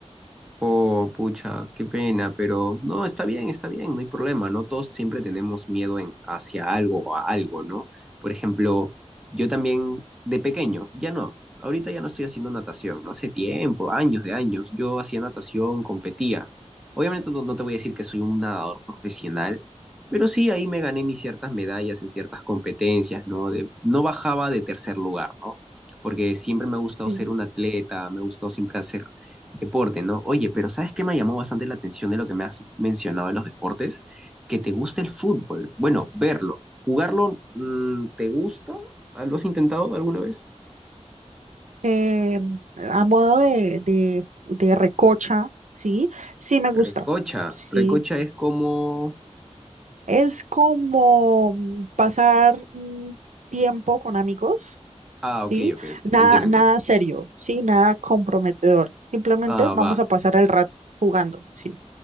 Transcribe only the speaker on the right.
Sí.
Eh, a modo de, de, de recocha, sí, sí me
gusta, sí.
Es como mm, pasar un tiempo con amigos,
sí,
nada,
nada serio, sí, nada comprometedor. Simplemente
vamos
a pasar el rato jugando, sí.